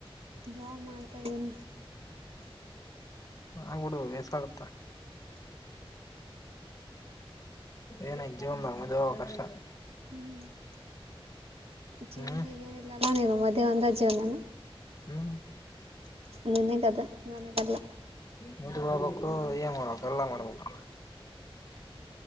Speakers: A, on the right; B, on the left.
A: ಜಾಬ್ ಮಾಡ್ತಾ ಇದ್ದೀನಿ
B: ಆಗ್ಬಿಡ ಬೇಸ್ ಆಗುತ್ತ ಏನ ಇ್ಜೀವದ ಮದ ಕಷ್ಟ
A: ಹ್ಮ ಜೀವನದಾಗ
B: ಹ್ಮ್
A: ಏನಿಲ್ಲಲ್ಲ ನೀನು ಮದ್ೆ ಒಂದ ಜೀವನನ
B: ಹ್ಮ
A: ನನ್ನಗದೆ ನನಗಲ್ಲ
B: ಮುದ್ ಹೋಗ್ಬೇಕು ಏನ್ ಮಾಡ್ಬೇಕು ಎಲ್ಲಾ ಮಾಡ್ಬೇಕು